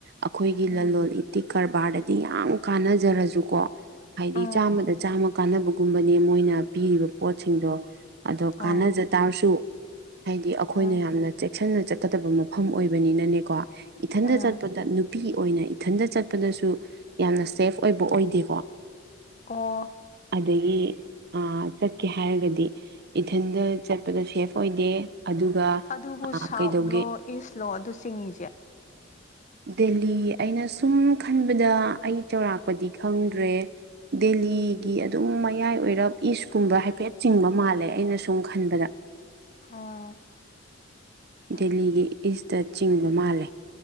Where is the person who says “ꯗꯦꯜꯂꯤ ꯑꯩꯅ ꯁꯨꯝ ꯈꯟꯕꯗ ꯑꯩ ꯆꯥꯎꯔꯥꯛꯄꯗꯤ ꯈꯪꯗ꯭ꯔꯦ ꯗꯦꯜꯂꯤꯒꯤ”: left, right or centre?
Right